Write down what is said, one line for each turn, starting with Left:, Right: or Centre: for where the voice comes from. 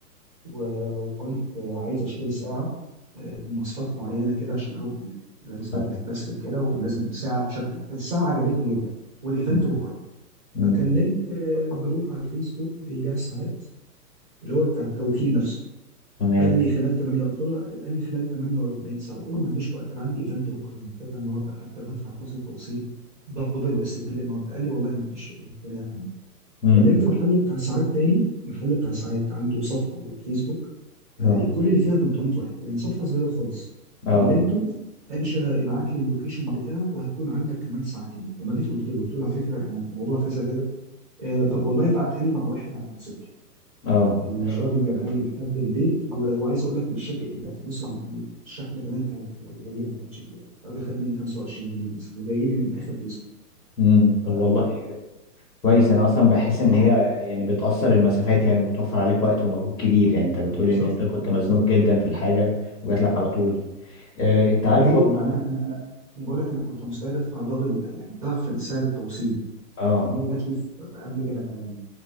Right: و- وكنت عايز اشتري ساعه آه، بمواصفات معينه كده عشان اروح بيها لابس بدله
Left: اه،
Right: كلاسيك كده ولازم ساعه بشكل فالساعه عجبتني جدا والايفنت
Left: امم،
Right: بكره
Left: امم،
Right: فكلمت آه، جروب على الفيسبوك بيبيع ساعات اللي هو بتاع التوكيل نفسه
Left: تمام
Right: قال لي خلال 8 قلت له قال لي خلال 48 ساعه قلت له ما عنديش وقت انا عندي ايفنت بكره محتاجها النهارده حتى لو هدفع فلوس التوصيل دبل بس تجيلي النهارده قال لي والله ما فيش امكانيه يا فندم
Left: امم،
Right: كلمت محل بتاع ساعات تاني محل بتاع ساعات عنده صفحه على الفيسبوك
Left: اه
Right: كل اللي فيها 300 واحد يعني صفحه صغيره خالص
Left: اه
Right: كلمته قال لي شا- ابعت لي اللوكيشن بتاعك وهتكون عندك كمان ساعتين لما جيت قلت له قلت له على فكره انا الموضوع كذا كذا آه، ب- والله بعتها لي مع واحد على الموتوسيكل
Left: اه
Right: الراجل
Left: ماشي.
Right: جابها لي لحد البيت و- وعايز اقول لك الشك الفلوس ال- الشحن كمان كانت قليله ما كانتش كتيره الراجل خد مني 25 جنيه مثلا وجاي لي من اخر فيسبوك
Left: امم،
Right: ف-
Left: طب والله كويس انا اصلا بحس ان
Right: اه
Left: هي يعني بتقصر المسافات يعني وبتوفر عليك وقت ومجهود كبير يعني انت بتقولي
Right: بالظبط
Left: ان انت كنت مزنوق
Right: بالظبط
Left: جدا في الحاجه وجات لك على طول آه، انت عارف
Right: وايه
Left: برضه
Right: انا انا انا انا انا بقول لك انا كنت مستعد ادفع دبل يعني ضعف سعر التوصيل
Left: اه
Right: لكن هي جات لي في في قبل كده كمان